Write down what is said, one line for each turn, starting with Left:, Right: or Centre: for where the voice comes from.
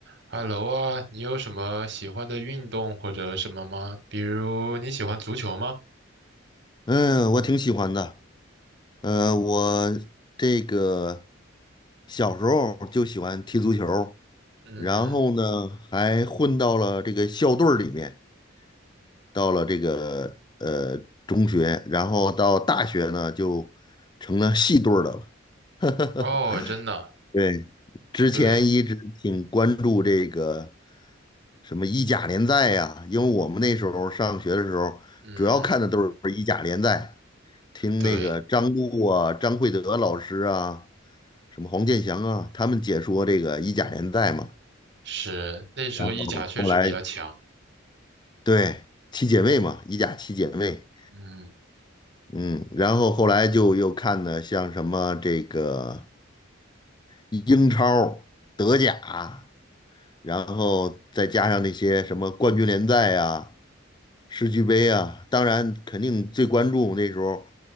Right: Hello 啊，你有什么喜欢的运动或者什么吗？比如你喜欢足球吗？
Left: 嗯，我挺喜欢的。呃，我这个小时候就喜欢踢足球，
Right: 嗯，
Left: 然后呢，还混到了这个校队儿里面，到了这个呃中学，然后到大学呢，就成了系队儿的了。<laughs>
Right: 哦，真的，
Left: 对，之前一直挺关注这个
Right: 对，
Left: 什么意甲联赛呀，因为我们那时候上学的时候，
Right: 嗯，
Left: 主要看的都是意甲联赛。听那个张璐啊、
Right: 对，
Left: 张惠德老师啊，什么黄健翔啊，他们解说这个意甲联赛嘛。
Right: 是，那时候意甲确实比较强，
Left: 然后后来对七姐妹嘛，意甲七姐妹，
Right: 嗯
Left: 嗯，然后后来就又看的像什么这个英超、德甲，然后再加上那些什么冠军联赛啊、世俱杯啊，当然肯定最关注那时候，